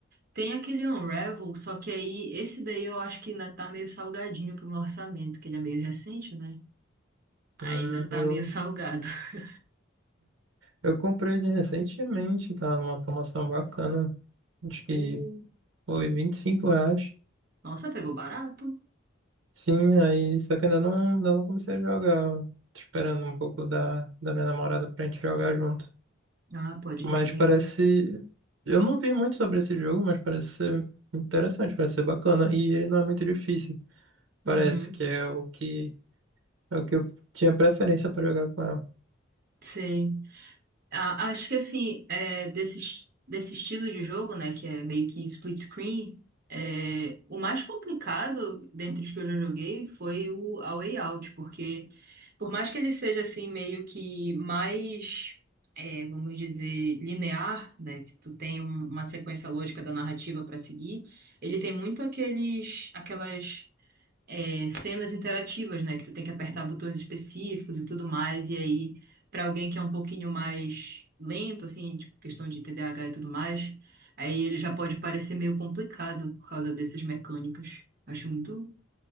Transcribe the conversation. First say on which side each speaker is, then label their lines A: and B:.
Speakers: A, on the right; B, on the right.
A: Tem aquele Unravel, só que aí esse daí eu acho que ainda tá meio salgadinho pro meu orçamento, que ele é meio recente, né? Ainda
B: Hum,
A: tá
B: eu,
A: meio salgado. <laughs>
B: eu comprei ele recentemente, tá? Numa promoção bacana. Acho que
A: Uh,
B: foi vinte e cinco, reais.
A: nossa, pegou barato.
B: Sim, aí só que ainda não, ainda não comecei a jogar. Tô esperando um pouco da, da minha namorada pra gente jogar junto.
A: Ah, pode
B: Mas
A: crer.
B: parece. Eu não vi muito sobre esse jogo, mas parece ser interessante, parece ser bacana. E ele não é muito difícil. Parece
A: Uhum,
B: que é o que é o que eu tinha preferência para jogar com ela.
A: sei. A- Acho que assim, é, desse, desse estilo de jogo, né, que é meio que split screen, é, o mais complicado dentre os que eu já joguei foi o A Way Out, porque por mais que ele seja assim meio que mais, é, vamos dizer, linear, né, que tu tem um- uma sequência lógica da narrativa para seguir, ele tem muito aqueles, aquelas é, cenas interativas, né? Que tu tem que apertar botões específicos e tudo mais. E aí, pra alguém que é um pouquinho mais lento, assim, tipo, questão de TDAH e tudo mais, aí ele já pode parecer meio complicado por causa dessas mecânicas. Acho muito,